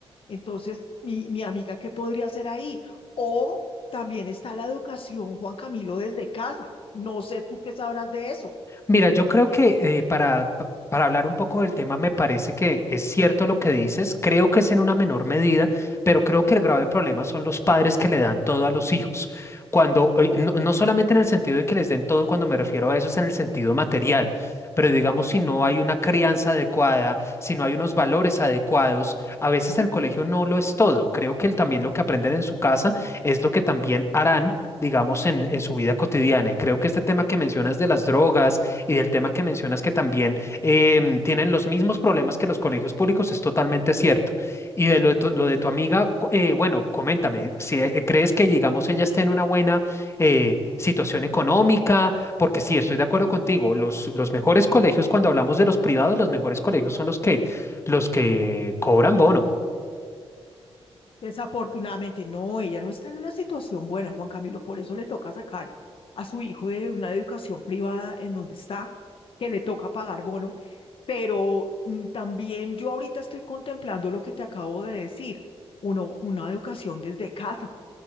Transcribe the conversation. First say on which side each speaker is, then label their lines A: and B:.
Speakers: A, on the left (about 55°); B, on the left (about 25°).
A: Entonces, mi, mi amiga, ¿qué podría hacer ahí? O también está la educación, Juan Camilo, desde casa. No sé tú qué sabrás de eso.
B: Mira, yo creo que eh, para, pa- para hablar un poco del tema, me parece que es cierto lo que dices, creo que es en una menor medida, pero creo que el grave problema son los padres que le dan todo a los hijos. Cuando, eh, no, no solamente en el sentido de que les den todo, cuando me refiero a eso es en el sentido material, pero digamos si no hay una crianza adecuada, si no hay unos valores adecuados, a veces el colegio no lo es todo. Creo que el- también lo que aprenden en su casa es lo que también harán. digamos, en, en su vida cotidiana. Y creo que este tema que mencionas de las drogas, y del tema que mencionas que también em, tienen los mismos problemas que los colegios públicos, es totalmente cierto. Y de lo de tu, lo de tu amiga, cu- eh, bueno, coméntame, si eh, crees que, digamos, ella esté en una buena eh, situación económica, porque sí, estoy de acuerdo contigo, los, los mejores colegios, cuando hablamos de los privados, los mejores colegios son los que, los que cobran bono.
A: Desafortunadamente, no, ella no está en una situación buena, Juan Camilo, por eso le toca sacar a su hijo de una educación privada en donde está, que le toca pagar bono, pero mm, también yo ahorita estoy contemplando lo que te acabo de decir, uno, una educación desde casa,